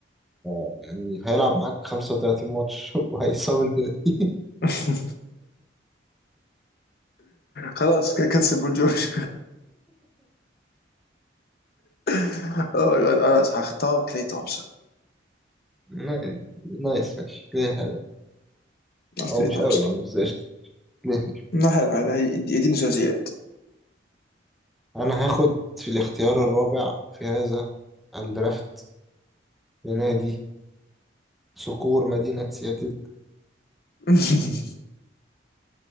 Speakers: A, in the centre; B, on the left.
A: آه، يعني هيلعب معاك 35 ماتش <laughs> وهيصاب الباقي
B: <laughs> خلاص ك- كنسل بول جورج <laughs> اوه ماي جاد خلاص هختار كلي تومسون
A: نايس نايس ماشي كده حلو
B: اختار
A: او
B: كلي
A: مش
B: تومسون
A: قوي يعني بس قشطة ليه
B: ما حلو حلو هي- يديني ثلاثيات
A: انا هاخد في الاختيار الرابع في هذا الدرافت لنادي صقور مدينة سياتل
B: <laughs>